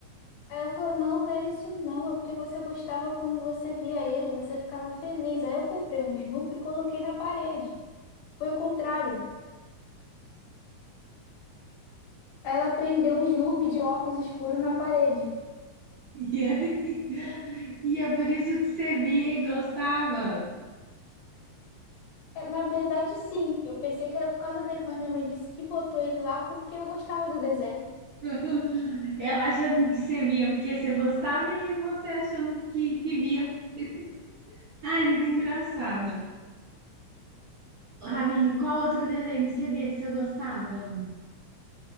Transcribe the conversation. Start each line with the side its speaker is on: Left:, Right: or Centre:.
Left: Aí ela falou, não, não era isso não, é porque você gostava quando você via ele, você ficava feliz. Aí eu comprei um Snoopy e coloquei na parede. Foi o contrário. Aí ela prendeu um Snoopy de óculos escuros na parede.
Right: E aí- e é por isso que você via e gostava.
Left: É, Na verdade, sim, eu pensei que era por causa dele, mas minha mãe disse que botou ele lá porque eu gostava do desenho.
Right: <laughs> Ela achando que você via porque você gostava e você achando que, que via. <laughs> Ai, muito engraçado. Ravine, qual outro desenho que você via que você gostava?